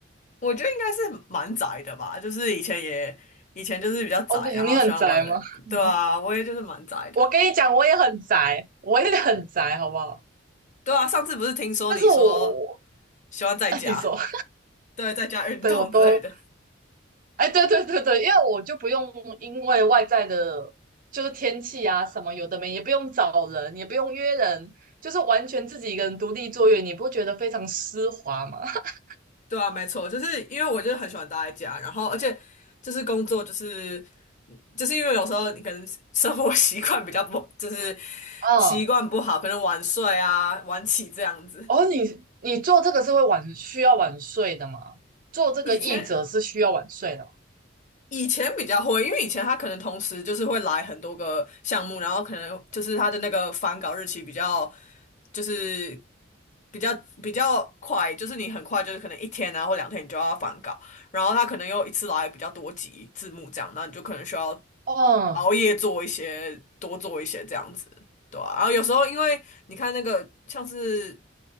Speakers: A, on the left; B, on the right.
A: 我觉得应该是蛮宅的吧，就是以前也以前就是比较宅，
B: 哦，对，
A: 然后喜欢玩，
B: 你很宅吗？<laughs>
A: 对啊，我也就是蛮宅的，
B: 我跟你讲，我也很宅，我也很宅，好不好？
A: 对啊，上次不是听说你说
B: 但是我，我
A: 喜欢在家，
B: 哎，你说，<laughs>
A: 对，在家运动之类的。
B: 对，我都，哎，对对对对，因为我就不用因为外在的，就是天气啊什么有的没，也不用找人，也不用约人，就是完全自己一个人独立作业，你不觉得非常丝滑吗？<laughs>
A: 对啊，没错，就是因为我就是很喜欢待在家，然后而且就是工作，就是嗯就是因为有时候你可能生活 <laughs> 习惯比较不，就是
B: 嗯，
A: 习惯不好，可能晚睡啊、晚起这样子。
B: 哦，你你做这个是会晚需要晚睡的吗？做这个译者是需要晚睡的吗？
A: 以前以前比较会，因为以前他可能同时就是会来很多个项目，然后可能就是他的那个返稿日期比较，就是比较比较快，就是你很快就是可能一天啊或两天你就要返稿，然后他可能又一次来比较多集字幕这样，那你就可能需要
B: 哦，
A: 熬夜做一些，多做一些这样子。对啊，然后有时候因为你看那个像是